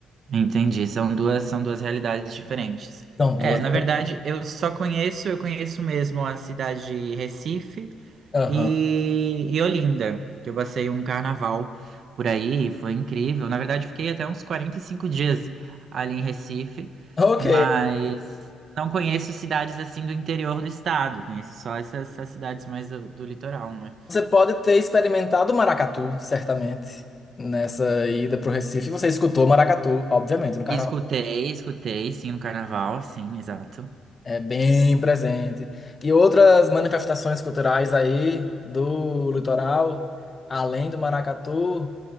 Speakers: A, on the right; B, on the left.
A: entendi, são duas, são duas realidades diferentes.
B: São duas.
A: É, na verdade,
B: <laughs>
A: eu só conheço, eu conheço mesmo a cidade de Recife
B: Aham.
A: e, e Olinda, que eu passei um carnaval por aí, e foi incrível. Na verdade, fiquei até uns 45 dias ali em Recife,
B: Ok.
A: mas não conheço cidades assim do interior do estado, conheço só essas, essas cidades mais do, do litoral, né?
B: Você pode ter experimentado o maracatu, certamente, nessa ida pro Recife. Você escutou maracatu, obviamente, no
A: E
B: carnaval.
A: escutei, escutei, sim, o carnaval, sim, exato.
B: É bem presente. E outras manifestações culturais aí do litoral, além do maracatu,